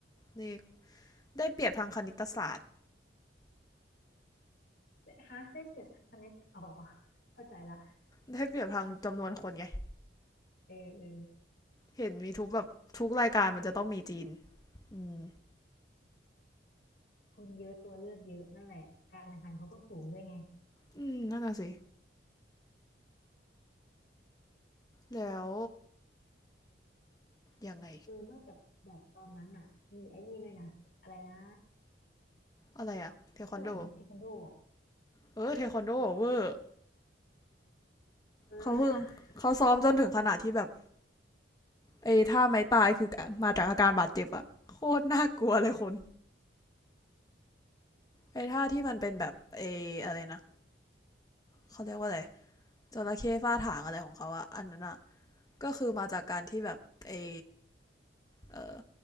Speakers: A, on the left; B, on the left.
A: เลข ได้เปรียบทางคณิตศาสตร์
B: ฮาร์ดเ s สเ s สคณิตอ๋อเข้าใจละ
A: ได้เปรียบทางจำนวนคนไง
B: เออเออ
A: เห็นมีทุกแบบทุกรายการมันจะต้องมีจีนอืม
B: คนเยอะตัวเลือกเยอะนั่นแหละการแข่งขันเขาก็สูงด้วยไง
A: อืมนั่นน่ะสิแล้วยังไง
B: เออนอกจากแบดตอนนั้นอ่ะมีไอ้นี่ด้วยนะอะไรนะ
A: อะไรอะเทควันโด
B: ชื่ออะไรนะเทควันโดอ่ะ
A: เออเทควันโดเวอร์
B: เออ
A: เขาเพิ่งเขาซ้อมจนถึงขนาดที่แบบไอ้ท่าไม้ตายคือมาจากอาการบาดเจ็บอะโคตรน่ากลัวเลยคนไอ้ท่าที่มันเป็นแบบไอ้อะไรนะเขาเรียกว่าอะไรจระเข้ฟาดถางอะไรของเขาอะอันนั้นอะก็คือมาจากการที่แบบไอ้ เอ่อ